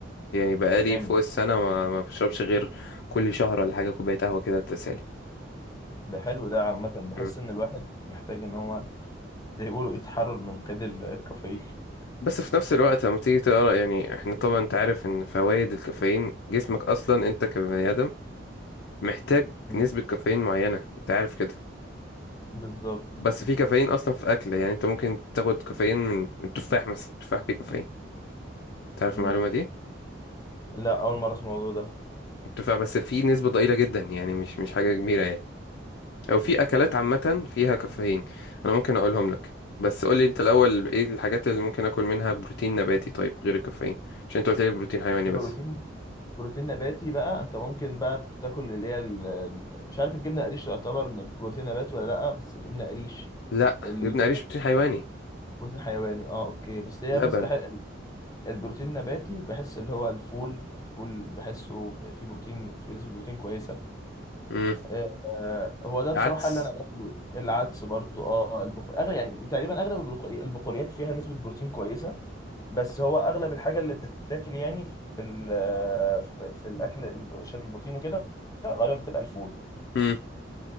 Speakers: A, on the left (about 65°); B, on the left (about 20°).
A: يعني بقالي
B: جامد
A: فوق السنه ما ما بشربش غير كل شهر ولا حاجه كوبايه قهوه كده تسالي
B: ده حلو ده عامه بحس
A: مم.
B: ان الواحد محتاج ان هو زي ما بيقولوا يتحرر من قيد ال- الكافيين
A: بس في نفس الوقت لما تيجي تقرا يعني احنا طبعا انت عارف ان فوائد الكافيين جسمك اصلا انت كبني ادم محتاج
B: مم.
A: نسبه كافيين معينه انت عارف كده
B: <laughs> بالظبط
A: بس في كافيين اصلا في اكل يعني انت ممكن تاخد كافيين من من التفاح مثلا التفاح فيه كافيين تعرف
B: مم.
A: المعلومه دي
B: لا اول مره اسمع الموضوع ده
A: التفاح بس فيه نسبه ضئيله جدا يعني مش مش حاجه كبيره يعني او في اكلات عامه فيها كافيين انا ممكن اقولهم لك بس قول لي انت الاول ايه الحاجات اللي ممكن اكل منها بروتين نباتي طيب غير الكافيين عشان انت قلت لي بروتين حيواني
B: بروتين
A: بس
B: بروتين نباتي بقى انت ممكن بقى تاكل اللي هي ال- ال- مش عارف الجبنه قريش تعتبر من بروتين نبات ولا لا بس الجبنه قريش
A: لا
B: ال-
A: جبنه قريش بروتين حيواني
B: بروتين حيواني اه اوكي بس هي
A: لبن
B: مثلا البروتين النباتي بحس اللي هو الفول الفول بحسه فيه بروتين فيه نسبة بروتين كويسة
A: امم
B: آه، آه، هو ده بصراحة
A: عدس
B: اللي أنا باكله العدس برضو اه البخ... أغلب يعني تقريبا أغلب البخ- البقوليات فيها نسبة بروتين كويسة بس هو أغلب الحاجة اللي بتتاكل يعني في ال... آه، في, في الأكل الب- عشان البروتين وكده غالبا بتبقى الفول
A: امم